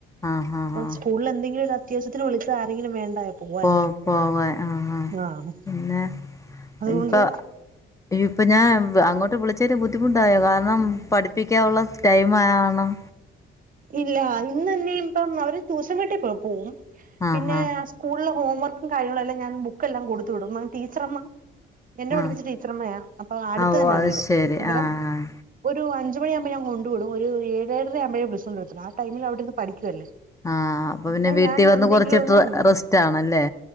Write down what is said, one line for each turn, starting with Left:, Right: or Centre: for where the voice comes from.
Left: ആഹ് ആഹ്
Right: ഇപ്പ
Left: ആഹ്
Right: സ്കൂളിൽ എന്തെങ്കിലും ഒരു അത്യാവശ്യത്തിന് വിളിച്ച ആരെങ്കിലും വേണ്ടായോ പോവാൻ
Left: പോ പോക ആഹ്
Right: ആഹ്
Left: പിന്നെ
Right: അതുകൊണ്ട്
Left: ഇപ്പ അയ്യ ഇപ്പൊ ഞാൻ അങ്ങോട്ട് വിളിച്ചതില് ബുദ്ധിമുട്ടായോ കാരണം പഠിപ്പിക്കാനുള്ള ടൈം ആയ കാരണം
Right: ഇല്ല ഇന്ന് തന്നെയ ഇപ്പം അവര് വീട്ടിൽ പ്പോയി പോവും
Left: ആഹ്
Right: പിന്ന
Left: ആഹ്
Right: ഹസ് സ്കൂളില ഹോംവർക്കും കാര്യങ്ങളെല്ലാം ഞാൻ ബുക്കല്ലാം കൊടുത്ത് വിടും ടീച്ചർമ്മ എന്നെ പഠിപ്പിച്ച
Left: ആഹ്
Right: ടീച്ചർമ്മയാ അപ്പൊ അട്ത്ത്
Left: ആഹ്
Right: തന്നെ
Left: ഓഹ് അത്
Right: വീട്
Left: ശരി
Right: അന്നേരം
Left: ആഹ്
Right: ഒരു അഞ്ചു മണിയാകുമ്പോ ഞാൻ കൊണ്ടു വിടും ഒരു ഏഴേ ഏഴര ആകുമ്പഴേ ബ്സ് കൊണ്ട് വെച്ച് ആടൈമിൽ അവിടെ ഇരുന്ന് പഠിക്കുവല്ലേ
Left: ആഹ് അപ്പൊ പിന്നെ വീട്ടിൽ
Right: ഞാൻ
Left: വന്ന്
Right: എന്തെങ്കിലും
Left: കുറച്ചിട്ട
Right: ഒന്ന്
Left: റെസ്റ്റ് ആണല്ലേ